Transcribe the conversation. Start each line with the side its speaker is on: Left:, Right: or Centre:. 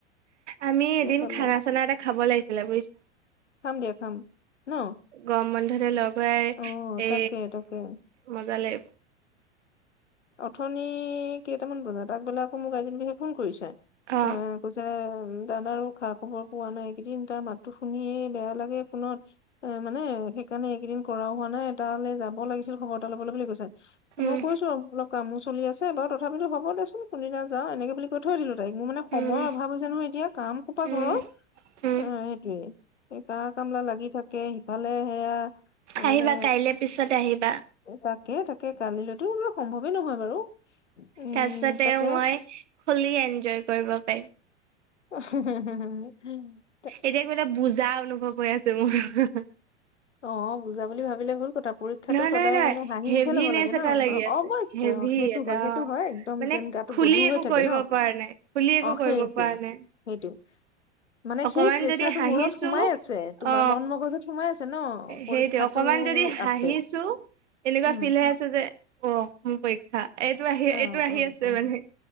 Right: আমি
Left: বিৰাট
Right: এদিন
Left: ভাল
Right: খানা
Left: লাগে।
Right: চানা এটা খাব লাগিছিলে বুজিছা?
Left: খাম দিয়া খাম ন'?
Right: গম বন্ধতে লগ হয়
Left: অ
Right: এ,
Left: তাকে তাকে
Right: মজা লাগিব।
Left: অথনি কেইটামান বজাত? আগবেলা আকৌ মোক আজি বুলিহে ফোন কৰিছে।
Right: অ
Left: উম, কৈছে তাত আৰু খা খবৰ পোৱা নাই এই কেইদিন, তাৰ মাতটো শুনিয়েই বেয়া লাগে ফোনত এ, মানে সেইকাৰণে এইকেইদিন কৰাও হোৱা নাই, তালে যাব লাগিছিল খবৰ এটা ল'বলৈ বুলি কৈছে,
Right: উম
Left: মই কৈছোঁ কামো চলি আছে, বাৰু তথাপিতো হ'ব দেচোন কোনদিনা যাওঁ এনেকে বুলি কৈ থৈ দিলোঁ তাইক। মোৰ মানে সময়ৰ
Right: উম উম
Left: অভাৱ হৈছে নহয় এতিয়া, কাম সোপা
Right: উম
Left: ঘৰৰ।
Right: উম
Left: অ' সেইটোয়ে। এই কা কামলা লাগি থাক কে সিফালে সেয়া তাৰ
Right: আহিবা
Left: মানে
Right: কাইলে পিছত আহিবা
Left: তাকে তাকে, কালিলৈতো সম্ভৱেই নহয় বাৰু। উম
Right: তাৰ পিছতে
Left: তাকে
Right: মই ফুল্লি এনজয় কৰিব পাৰিম।
Left: <unintelligible>
Right: এতিয়া কিবা এটা বুজা অনুভৱ হৈ আছে মোৰ।
Left: অ' বুজা বুলি ভাবিলে ভুল কথা, পৰীক্ষাটো
Right: নহয়
Left: সদায়
Right: নহয় নহয়
Left: মানে হাঁহি
Right: হেভিনেচ
Left: মুখে ল'ব লাগে ন'।
Right: এটা লাগি
Left: অ' গৈ <unintelligible> আছে
Right: হেভি
Left: অ' সেইটো
Right: এটা
Left: হয় সেইটো হয়, একদম
Right: মানে
Left: যেন গাটো
Right: খুলি
Left: গধুৰ
Right: একো
Left: হৈ থাকে
Right: কৰিব
Left: ন'?
Right: পৰা নাই খুলি একো
Left: অ'
Right: কৰিব
Left: সেইটো।
Right: পৰা নাই
Left: সেইটো, মানে
Right: অকমান
Left: সেই প্ৰেচাৰটো
Right: যদি হাঁহিছো
Left: মূৰত সোমাই আছে তোমাৰ
Right: অ
Left: মন মগজুত সোমাই আছে। ছে ন' পৰীক্ষাটো
Right: সেইটোৱে অকমান যদি হাঁহিছো
Left: আছে,
Right: এনেকুৱা
Left: উম।
Right: ফিল হৈ যে অ' মোৰ পৰীক্ষা, এইটো আহি,
Left: অ
Right: এইটো আহি
Left: অ
Right: আছে
Left: অ
Right: মানে